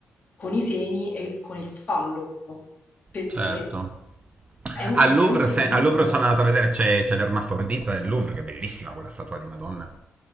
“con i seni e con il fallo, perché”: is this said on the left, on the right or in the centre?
Left